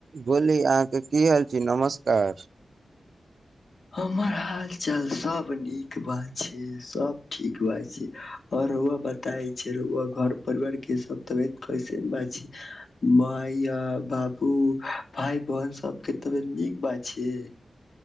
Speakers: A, on the right; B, on the left.
A: बोली अहाँके की हाल छी नमस्कार
B: हमर हाल चाल सब नीक बात छै सब ठीक बात छै आओर बताय छै घर परिवार के सब तबियत कैसेन बात छै मायया बाबू भाय बहन सबके तबियत नीक बात छै